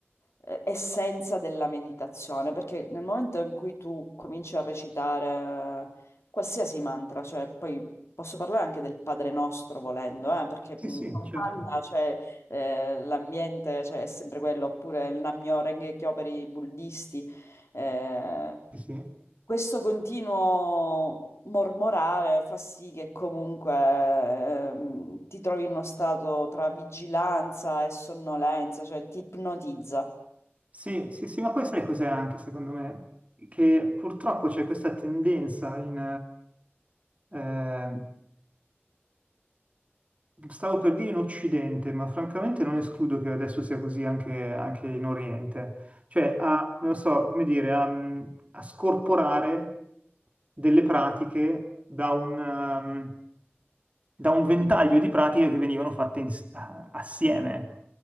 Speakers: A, on the left (about 85°); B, on the right (about 30°).
A: eh, essenza della meditazione, perché nel momento in cui tu cominci a recitare eh, qualsiasi mantra, cioè poi posso parlare anche del Padre Nostro volendo, eh, perché
B: Sì,
A: mh,
B: sì,
A: non
B: certo.
A: cambia, cioè eh, l'ambiente, cioè, è sempre quello, oppure il Nam-myoho Renge Kyo per i buddisti. Eh,
B: Sì, sì.
A: questo continuo mormorare fa sì che comunque ehm, ti trovi in uno stato tra vigilanza e sonnolenza, cioè ti ipnotizza.
B: Sì, sì, sì, ma poi sai cos'è anche secondo me? Che purtroppo c'è questa tendenza in, eh, eh, Stavo per dire in Occidente, ma francamente non escludo che adesso sia così anche, anche in Oriente. Cioè, a, non so, come dire, a, mm, a scorporare delle pratiche da un, um, da un ventaglio di pratiche che venivano fatte ins- a- assieme.